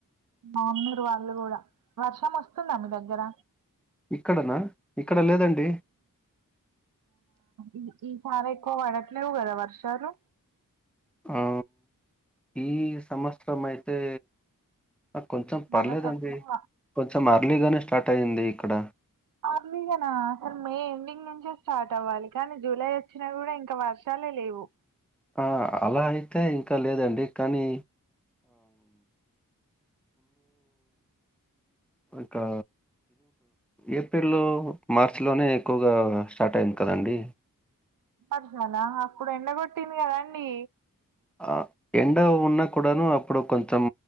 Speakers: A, on the right (about 70°); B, in the centre.
A: మామున్నురు వాళ్ళు కూడా వర్షం వస్తుందా మీ దగ్గర
B: ఇక్కడనా ఇక్కడ లేదండి
A: ఈ ఈ సారి ఎక్కువ పడట్లేవు కదా వర్షాలు
B: ఆ ఈ సంవత్సరం అయితే ఆ కొంచెం
A: చాలా
B: పర్లేదండి
A: తక్కువ
B: కొంచెం అర్లీగానే స్టార్ట్ అయ్యింది ఇక్కడ
A: అర్లీగానా అసలు మే ఎండింగ్ నుంచే స్టార్ట్ అవ్వాలి, కానీ జూలై వచ్చినా కూడా ఇంకా వర్షాలే లేవు.
B: ఆ అలా అయితే ఇంకా లేదండి కానీ
A: <inaudible>
B: ఆకా ఏప్రిల్ లో మార్చిలోనే ఎక్కువగా స్టార్ట్ అయ్యింది కదండి
A: అట్నానా అక్కడ ఎండగొట్టింది కదాండి
B: ఆ ఎండ ఉన్నా కూడాను అప్పుడు కొంచెం